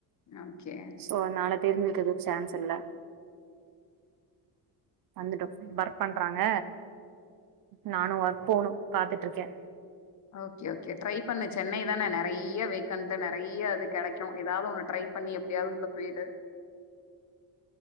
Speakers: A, on the left (about 45°); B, on the right (about 55°).
A: ஓகே
B: சோ அதுனால தெரிஞ்சிக்றதுக்கு சான்ஸ் இல்ல வந்துட்டோ வர்க் பண்றாங்க நானு ஓர்க் போணு பாத்துட்ருக்க
A: ஓகே ஓகே ட்ரை பண்ணு சென்னை தான நெறைய வேகண்ட் நெறைய அது கெடைக்கும் எதாவது ஒண்ணு ட்ரை பண்ணி எப்டியாவது உள்ள போயிடு